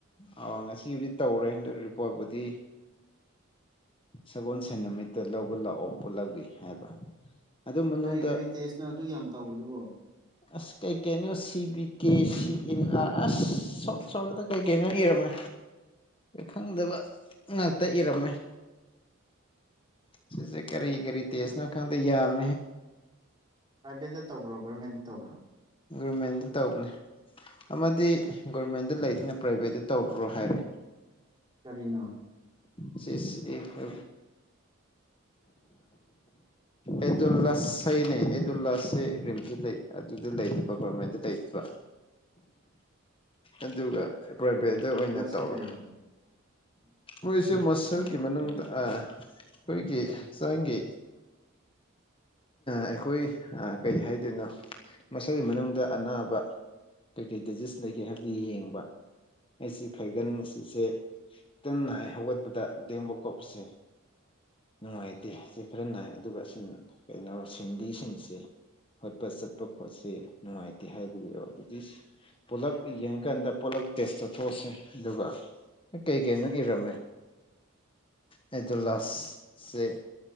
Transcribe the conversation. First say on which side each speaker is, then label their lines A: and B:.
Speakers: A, on the left; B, on the right.
A: ꯑꯥ ꯉꯁꯤꯕꯨꯗꯤ ꯇꯧꯔꯦꯟꯗ ꯔꯤꯄꯣꯔꯠꯄꯨꯗꯤ ꯁꯒꯣꯜ ꯁꯦꯟ ꯅꯨꯃꯤꯠꯇ ꯂꯧꯕ ꯂꯥꯛꯑꯣ ꯄꯨꯠꯂꯞꯒꯦ ꯍꯥꯏꯕ ꯑꯗꯨ ꯃꯅꯨꯡꯗ
B: ꯀꯔꯤ ꯀꯔꯤ ꯇꯦꯁꯅꯣ ꯑꯗꯨ ꯌꯥꯝ ꯇꯧꯗꯨꯕꯣ
A: ꯑꯁ ꯀꯩ ꯀꯩꯅꯣ C B K C and R ꯑꯁ ꯁ ꯁꯣꯗ ꯀꯩ ꯀꯩꯅꯣ ꯏꯔꯝꯃꯦ
B: <inaudible>
A: ꯈꯪꯗꯕ ꯉꯥꯛꯇ ꯏꯔꯝꯃꯦ ꯁꯤꯁꯦ ꯀꯔꯤ ꯀꯔꯤ ꯇꯁꯅ ꯈꯪꯗ ꯌꯥꯝ
B: ꯄ꯭ꯔꯥꯏꯚꯦꯠꯇ ꯇꯧꯕ꯭ꯔꯣ ꯒꯔꯃꯦꯟꯇ ꯇꯧꯕ꯭ꯔꯣ
A: ꯒꯣꯔꯃꯦꯟꯗ ꯇꯧꯕꯅꯦ ꯑꯃꯗꯤ ꯒꯣꯔꯃꯦꯟꯗ ꯂꯩꯇꯅ ꯄ꯭ꯔꯥꯏꯚꯦꯠꯇ ꯇꯧꯔꯨꯔꯣ ꯍꯥꯏꯔꯦ
B: ꯀꯔꯤꯅꯣ
A: ꯁꯤꯁꯦ ꯑ ꯑꯦꯗꯨꯜꯂꯥꯁ ꯍꯥꯢꯅꯦ ꯑꯦꯗꯨꯜꯂꯥꯁꯁꯦ ꯔꯤꯝꯇ ꯂꯩ ꯑꯗꯨ ꯑꯗꯨ ꯂꯩꯕ ꯒꯣꯔꯃꯦꯟꯗ ꯇꯩꯇꯕ ꯑꯗꯨꯒ ꯄ꯭ꯔꯥꯏꯚꯦꯠꯇ
B: ꯀꯔꯤꯅꯣ ꯑꯗꯨ
A: ꯑꯣꯏꯅ
B: ꯂꯁꯁꯦ
A: ꯇꯧꯔꯣ
B: ꯀꯔꯤꯅꯣ
A: ꯃꯣꯏꯁꯦ ꯃꯁ ꯜꯒꯤ ꯃꯅꯨꯡꯗ ꯑꯩꯈꯣꯏꯒꯤ ꯍꯛꯆꯥꯡꯒꯤ ꯑꯩꯈꯣꯏ ꯀꯔꯤ ꯍꯥꯏꯗꯣꯏꯅꯣ ꯃꯁꯜꯒꯤ ꯃꯅꯨꯡꯗ ꯑꯅꯥꯕ ꯀꯩꯀꯩ ꯗꯤꯖꯤꯁ ꯂꯩꯒꯦ ꯍꯥꯏꯕꯗꯣ ꯌꯦꯡꯕ ꯑꯩꯁꯤ ꯐꯩꯒꯟ ꯁꯤꯁꯦ ꯈꯤꯇꯪ ꯅꯥꯏ ꯍꯧꯒꯠꯄꯗ ꯂꯦꯡꯕ ꯀꯣꯠꯄꯁꯦ
B: <inaudible>
A: ꯅꯨꯡꯉꯥꯏꯇꯦ ꯑꯁꯤ ꯈꯔ ꯅꯥꯏ ꯑꯗꯨꯒ ꯁꯤ ꯀꯩꯅꯣ ꯁꯤꯡꯂꯤꯁꯤꯡꯁꯦ ꯍꯣꯠꯄ ꯆꯠꯄ ꯈꯣꯠꯁꯤ ꯅꯨꯡꯉꯥꯏꯇꯦ ꯍꯥꯏꯕꯗꯨ ꯑꯗꯨꯗꯤ ꯄꯨꯂꯞ ꯌꯦꯡꯀꯥꯟꯗꯂ ꯄꯨꯂꯞ ꯇꯦꯁ ꯇꯧꯊꯣꯛꯑꯁꯦ ꯑꯗꯨꯒ ꯀꯩ ꯀꯩꯅꯣ ꯏꯔꯝꯃꯦ ꯑꯩꯗꯨꯜꯂꯥꯁꯁꯦ